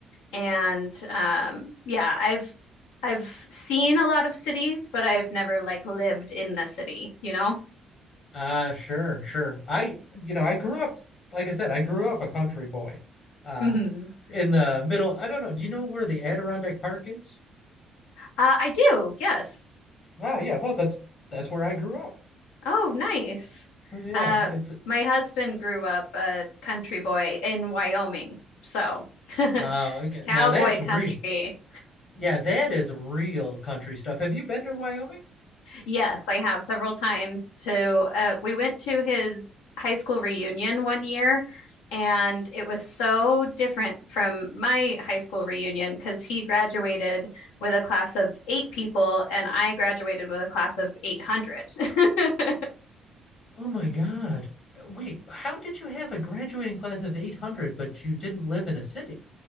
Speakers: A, on the left (about 65°); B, on the left (about 50°).
A: and um, yeah, I've I've seen a lot of cities, but I've never like lived in the city, you know?
B: Uh, sure, sure. I, you know, I grew up, like I said, I grew up a country boy. Uh,
A: hmm
B: in the middle, I don't know. Do you know where the Adirondack Park is?
A: Uh, I do, yes.
B: Wow, yeah. Well, that's that's where I grew up.
A: Oh, nice.
B: Oh, Yeah,
A: Uh,
B: it's
A: my husband grew up a country boy in Wyoming, so <laughs>
B: oh, okay.
A: cowboy
B: Now that's real.
A: country.
B: Yeah, that is real country stuff. Have you been to Wyoming?
A: Yes, I have several times to uh, we went to his high school reunion one year and it was so different from my high school reunion because he graduated with a class of eight people and I graduated with a class of 800. <laughs>
B: Oh my God. Uh, Wait, how did you have a graduating class of 800, but you didn't live in a city?